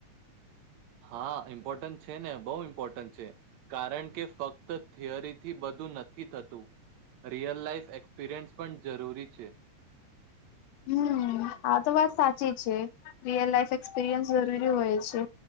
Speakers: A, on the right (about 70°); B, on the left (about 85°).
A: હા ઇમ્પોર્ટન્ટ છે ને બહુ ઇમ્પોર્ટન્ટ છે, કારણ કે ફક ત તો થિયરીથી બધું નથી થતું રિયલ લાઈફ એક્સપિરિયન્સ પણ જરૂરી છે.
B: હમ આ તો વાત સાચી છે રિયલ લાઈફ એક્સપિરિયન્સ જરૂરી હોય છે,